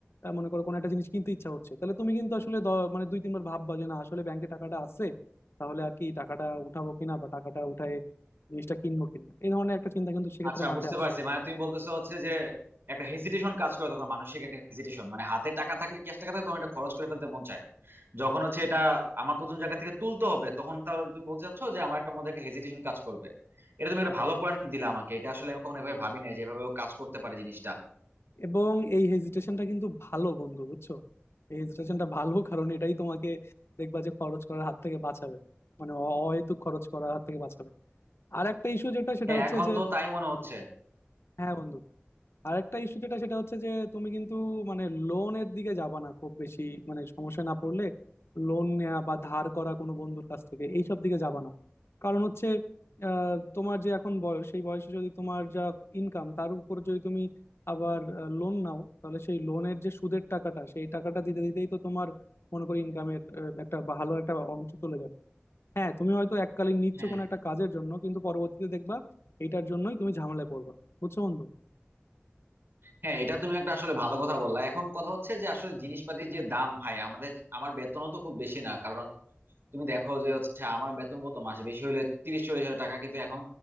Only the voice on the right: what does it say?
আচ্ছা
বুঝতে
পারছি মানে তুমি বলতেছো হচ্ছে যে একটা হেজিটেশন কাজ করে তখন মানসিক একটা হেজিটেশন মানে হাতে টাকা থাকলে ক্যাশ টাকা থাকলে তখন এটা খরচ করে ফেলতে মন চায় যখন হচ্ছে এটা আমার কোন জায়গা থেকে তুলতে হবে তখন তাহলে তুমি বলতে চাচ্ছ যে আমার একটা মধ্যে একটা হেজিটেশন কাজ করবে এটা তুমি একটা ভালো পয়েন্ট দিলা আমাকে এটা আসলে আমি কখনো এভাবে ভাবি নাই যেভাবে ও কাজ করতে পারে জিনিসটা
হ্যাঁ
এখন
তো তাই মনে হচ্ছে
হ্যাঁ
হ্যাঁ এটা তুমি একটা আসলে ভালো কথা বললা এখন কথা হচ্ছে যে আসলে জিনিসপাতির যে দাম ভাই আমাদের আমার বেতনও তো খুব বেশি না কারণ তুমি দেখো যে হচ্ছে আমার বেতন কত মাসে বেশি হলে তিরিশ চল্লিশ হাজার টাকা কিন্তু এখন